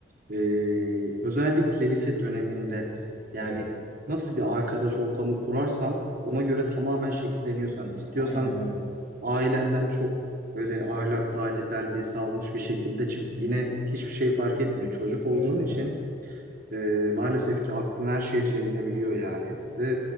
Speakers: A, on the right; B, on the left.
A: Ee, özellikle lise döneminde yani
B: Evet.
A: nasıl bir arkadaş ortamı kurarsan ona göre tamamen şekilleniyorsan istiyorsan
B: Aynen öyle.
A: ailenden çok böyle ahlaklı aile terbiyesi almış bir şekilde çık yine hiçbir şey fark etmiyor. Çocuk olduğun
B: Evet evet.
A: için e, maalesef ki aklın her şeye çelinebiliyor yani ve